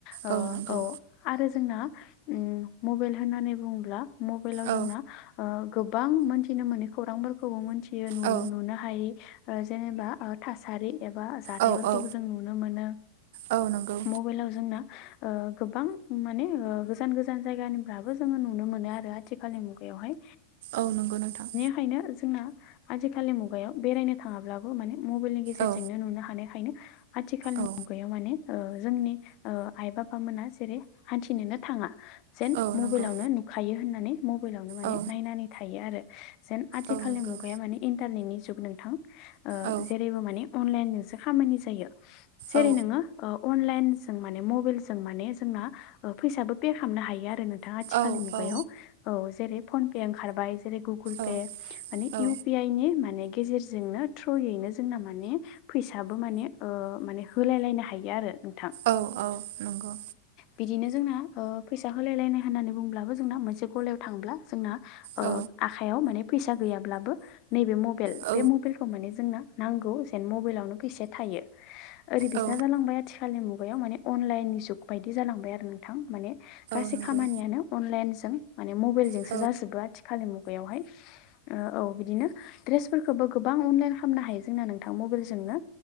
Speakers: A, on the left (about 40°); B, on the right (about 55°).
A: ओ
B: औ नंगौ
A: औ आरो जोंना ओ मोबाइल होननानै बुङोब्ला मबाइलाव
B: औ
A: जोंना ओ गोबां मोन थिनो मोनै खौरांफोरखौबो मिथियो नुनो
B: औ
A: हायै जेनेबा ओ थासारि एबा जाथायफोरखौबो
B: औ औ
A: जों नुनो मोनो
B: औ नंगौ
A: मबाइलाव जोंना ओ गोबां माने ओ गोजान गोजान जायगानिफ्राबो जोङो नुनो मोनो आरो आथिखालनि मुगायावहाय।
B: औ नंगौ नोंथां।
A: बेंखायनो जोंना आजिखालि मुगायाव बेरायनो थाङाब्लाबो माने मबाइलनि गेजेरजोंनो
B: औ
A: नुनो हानायखायनो आथिखालनि
B: औ
A: मुगायाव माने ओ जोंनि ओ आइ बाबामोना जेरै हान्थिनोनो थाङा। जेन
B: औ
A: मबाइलावनो
B: नंगौ
A: नुखायो होननानै मबाइलावनो माने
B: औ
A: नायनानै थायो आरो। जेन आथिखालनि
B: औ नंगौ
A: मुगाया माने इन्टारनेटनि जुग नोंथां ओ
B: औ
A: जेरैबो माने अनलाइन जोंसो खामानि जायो। जेरै
B: औ
A: नोङो अनलाइन जों माने मबा‌इल जों माने जोंना फैसाबो पे खालामनो हायो आरो नों थां आथिखालनि
B: औ
A: मुगायाव
B: औ
A: औ, जेरै फनपे ओंखारबाय जेरै गगोलपे
B: औ
A: माने
B: औ
A: इउ पी आई नि माने माने गेजेरजोंनो थ्रयैनो जोंना माने फैसाबो माने ओ माने होलाय लायनो हायो आरो। नोंथां,
B: औ नंगौ
A: बिदिनो जोंना ओ फैसा होलाय लायनाय होननानै बुंब्लाबो जोंना मोनसे गलायाव थांब्ला जोंना ओ
B: औ
A: आखाइयाव माने फैसा गैयाब्लाबो नैबे मबाइल
B: औ
A: बे मबाइलखौ माने जोंना नांगौ जेन मबाइलावनो फैसाया थायो ओरै बिसना
B: औ
A: जालांबाय आथि खालनि मुगायाव माने अनलाइन जुग बायदि जालांबाय आरो नोंथां माने गासै
B: नंगौ
A: खामानियानो अनलाइनजों माने मबाइलजोंसो
B: औ
A: जाजोबो आथिखालनि मुगायावहाय। ओ औ बिदिनो ड्रेसफोरखौबो गोबां अनलाइन खालामनो हायो जोंना नों थां मबाइलजोंनो